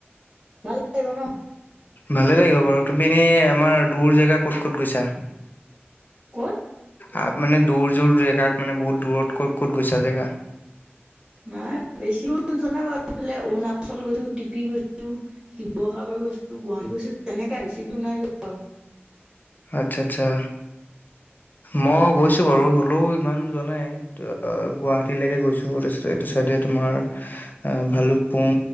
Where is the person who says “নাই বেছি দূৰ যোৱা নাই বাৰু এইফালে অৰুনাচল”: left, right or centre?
Right